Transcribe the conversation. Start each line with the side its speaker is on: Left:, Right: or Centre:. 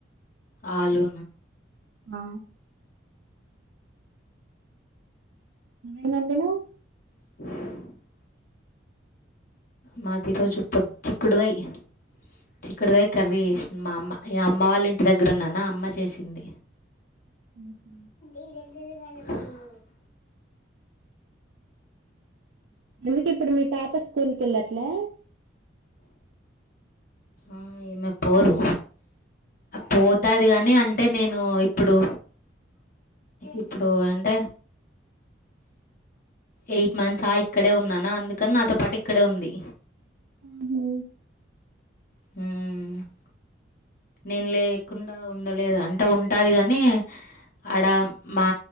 Left: ఆలూ
Right: ఆ ఏమోండినవ్
Left: <unintelligible> మాది ఈరోజు పచ్చి చిక్కుడుగాయి చిక్కుడుకాయ కర్రీ చేసింది మా అమ్మ ఆ అమ్మ వాళ్ళ ఇంటి దగ్గర ఉన్నానా అమ్మ చేసింది
Right: ఉహ్
Left: ని
Right: ఎందుకు ఇప్పుడు మీ పాప స్కూల్ కు వెళ్ళట్లే
Left: ఆ ఈమె పోదు పోతాది గాని అంటే నేను ఇప్పుడు ఇప్పుడు అంటే ఎయిట్ మంత్స్ ఆగి ఇక్కడే ఉన్నానా అందుకని నాతో పాటు ఇక్కడే ఉంది
Right: ఆహా
Left: హ్ నేను లేకుండా ఉండలేదు అంటే ఉంటది గానీ ఆడ మా